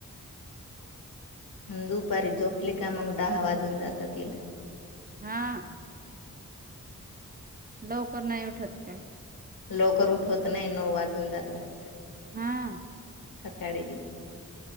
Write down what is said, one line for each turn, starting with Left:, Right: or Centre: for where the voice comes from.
Right: <inaudible>
Left: दुपारी झोपली का मग दहा वाजून जातं तिला.
Right: हा. लवकर नाही उठत काय
Left: लोकर उठवत नाही, नऊ वाजून जातात.
Right: हा.
Left: सकाळीबी.